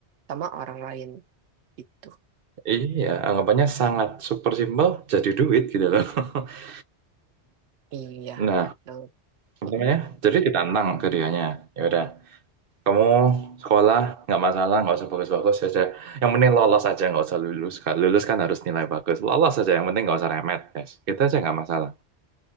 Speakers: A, on the right (about 85°); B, on the right (about 60°).
A: sama orang lain gitu.
B: Iya, anggapannya sangat super simple jadi duit gitu loh. <laughs>
A: Iya.
B: Nah,
A: Yang- Mm-mm.
B: apa namanya? Jadi ditantang ke dianya. Ya udah. Kamu sekolah nggak masalah, nggak usah bagus-bagus saja. Yang penting lolos aja, nggak usah lulus. Kan lulus kan harus nilai bagus. Lolos aja, yang penting nggak usah remet tes. Gitu aja nggak masalah.